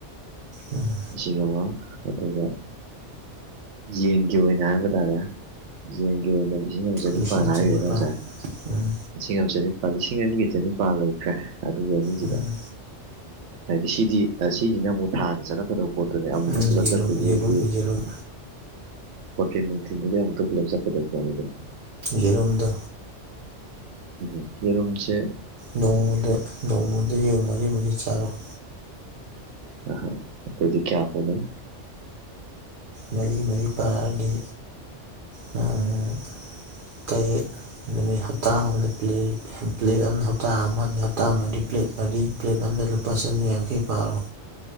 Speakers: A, on the right (about 55°); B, on the right (about 75°).
A: ꯎꯝ
B: ꯏꯁꯤꯒꯃ ꯑꯗꯨꯒ ꯌꯦꯟꯒꯤ ꯑꯣꯏꯅ ꯍꯥꯏꯕ ꯇꯥꯔꯦ ꯌꯦꯟꯒꯤ ꯑꯣꯏꯅꯗꯤ ꯏꯅꯤꯡ ꯆꯥꯅꯤꯄꯥꯟ
A: ꯂꯤꯁꯤꯡ ꯑꯃ
B: ꯍꯥꯏꯒꯔꯗꯗꯤ
A: ꯆꯅꯤꯄꯥꯜ
B: ꯉꯁꯥꯏ
A: ꯎꯝ
B: ꯂꯤꯁꯤꯡ ꯑꯃ ꯆꯅꯤꯄꯥꯟ ꯂꯤꯁꯤꯡ ꯑꯅꯤꯒꯤ ꯆꯅꯤꯄꯥꯜ ꯂꯣꯏꯈ꯭ꯔꯦ ꯑꯗꯨꯒ ꯑꯅꯤꯖꯤꯗ
A: ꯎꯝ
B: ꯍꯥꯏꯗꯤ ꯁꯤꯗꯤ ꯁꯤꯖꯤꯅ ꯑꯃꯨꯛ ꯊꯥꯗ ꯆꯠꯂꯛꯀꯗꯣ ꯄꯣꯠꯇꯨꯅꯦ ꯑꯃꯨꯛꯇ
A: ꯎꯝ
B: ꯄꯨꯂꯞ
A: ꯌꯦꯔꯨꯝ
B: ꯆꯠꯄꯒꯤꯗꯤ
A: ꯌꯦꯔꯨꯝ ꯌꯦꯔꯨꯝ
B: ꯄꯣꯊꯤꯟꯅꯨꯡꯤꯟꯗꯨꯗꯤꯛꯇ ꯄꯨꯂꯞꯖꯗꯗꯔꯦ <unintelligible>
A: ꯌꯦꯔꯝꯗ
B: ꯍꯝꯍꯝ ꯀꯦꯔꯣꯝꯆꯦ
A: ꯅꯣꯡꯃꯗ ꯅꯣꯡꯃꯗ ꯃꯔꯤ ꯃꯔꯤ ꯆꯥꯔꯣꯏ
B: ꯅꯍꯪ ꯑꯗꯨꯗꯤ ꯀꯌꯥ ꯍꯨꯒꯟ
A: ꯃꯔꯤ ꯃꯔꯤ ꯄꯥꯔꯗꯤ ꯇꯥꯠ ꯀꯌꯦꯛ ꯃꯤ ꯍꯥꯞꯇꯥ ꯄ꯭ꯂꯦ ꯄ꯭ꯂꯦꯠ ꯑꯝꯗ ꯍꯞꯇꯥ ꯑꯃ ꯑꯗꯤ ꯍꯞꯇ ꯃꯔꯤ ꯄ꯭ꯂꯦꯠ ꯃꯔꯤ ꯄ꯭ꯂꯦꯠ ꯑꯝꯗ ꯂꯨꯄꯥ ꯆꯅꯤ ꯌꯥꯡꯈꯩ ꯄꯥꯔꯣ